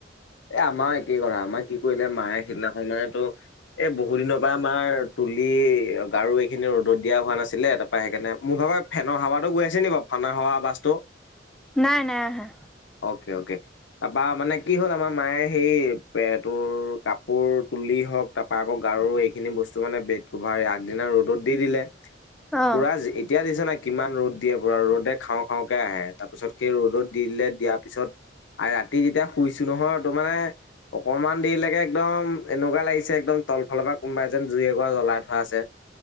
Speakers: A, on the left; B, in the centre.
A: এ আমাৰ একেই কৰা আমাৰ কি কৰিলে মায়ে সেই দিনাখনেটো এই বহু দিনৰ পৰা আমাৰ তুলি গাৰু এইখিনি ৰ'দত দিয়া হোৱা নাছিলে তাৰ পৰা সেইকাৰণে মোৰ ভাগৰ ফেনৰ হাৱাতো গৈ আছে নি বাৰু হোৱা বাছটো।
B: নাই নাই আহা।
A: অ'কে অ'কে তাৰপা মানে কি হ'ল আমাৰ মায়ে সেই পেটোৰ কাপোৰ। তুলি হওঁক তাপা আকৌ গাৰু এইখিনি বস্তু মানে বেড কভাৰ আগদিনা ৰ'দত দি দিলে।
B: অ
A: পুৰা এতিয়া দিছে নাই কিমান ৰ'দ দিয়ে পুৰা ৰ'দে খাওঁ খাওঁকে আহে তাৰ পিছত সেই ৰ'দত দিলে দিয়াৰ পিছত। আৰু ৰাতি যেতিয়া শুইছো নহয় ত মানে অকমান দেৰিলৈকে একদম এনেকুৱা লাগিছে একদম তলফালৰ পৰা কোনোবা এজন জুই এক জ্বলাই থোৱা আছে।